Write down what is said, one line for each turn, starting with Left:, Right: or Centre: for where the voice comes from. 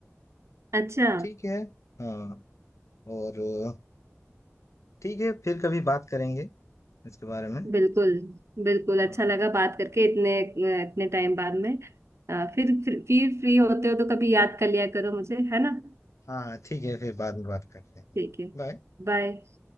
Right: अच्छा
Left: ठीक है हाँ और अ, ठीक है फिर कभी बात करेंगे इसके बारे में
Right: बिल्कुल बिल्कुल
Left: हाँ।
Right: अच्छा लगा बात करके इतने इतने टाइम बाद में अ, फिर फिर फ्री होते हो तो कभी याद कर लिया करो मुझे है ना
Left: हाँ, हाँ, ठीक है, फिर बाद में बात करते हैं।
Right: ठीक है
Left: बाय।
Right: बाय